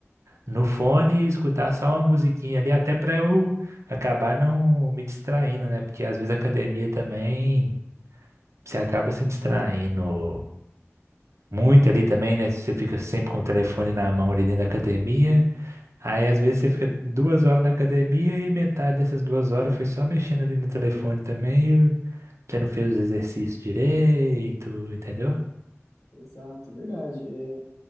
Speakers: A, on the right (about 70°); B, on the left (about 80°).
A: No fone e escutar só uma musiquinha ali, até para eu acabar não me distraindo, né? Porque às vezes a academia também você acaba se distraindo muito ali também, né? Você fica sempre com o telefone na mão ali dentro da academia.
B: E-
A: Aí às vezes você fica duas horas na academia e metade dessas duas horas foi só mexendo ali no telefone também. E você não fez os exercícios direito, entendeu?
B: exato, é verdade. É,